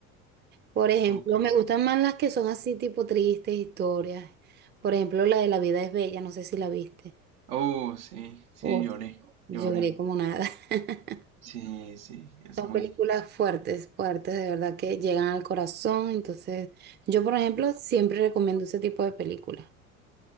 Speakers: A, on the right; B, on the right.
A: Por ejemplo,
B: Ok.
A: me gustan más las que son así tipo tristes historias. Por ejemplo, la de La vida es bella, no sé si la viste.
B: Oh, sí, sí,
A: Oh,
B: lloré,
A: lloré
B: lloré.
A: como nada. <laughs>
B: Sí, sí, es
A: Son
B: muy...
A: películas fuertes, fuertes, de verdad que llegan al corazón. Entonces, yo, por ejemplo, siempre recomiendo ese tipo de películas.